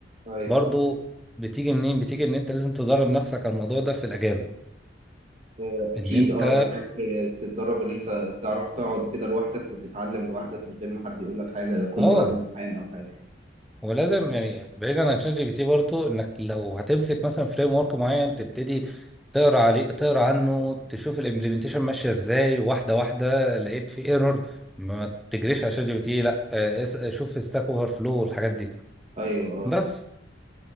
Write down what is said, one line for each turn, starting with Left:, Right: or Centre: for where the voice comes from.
Right: أيوه.
Centre: برضه بتيجي منين بتيجي ان انت لازم تدرب نفسك على الموضوع ده في الاجازة
Right: آه، أكيد
Centre: ان انت
Right: أه محتاج تتدرب إن أنت تعرف تقعد كده لوحدك وتتعلم لوحدك من غير ما حد يقول لك حاجة يكون
Centre: اه
Right: وراك امتحان أو حاجة
Centre: ولازم يعني بعيدا عن شات جي بي تي برضو انك لو هتمسك مثلا فريم ورك معين تبتدي تقرا عليه تقرا عنه تشوف الامبلمنتيشن ماشيه ازاي واحده واحده لقيت في ايرور ما تجريش على شات جي بي تي لا آه، اس- شوف ستاك اوفر فلو والحاجات دي
Right: أيوه
Centre: بس
Right: أه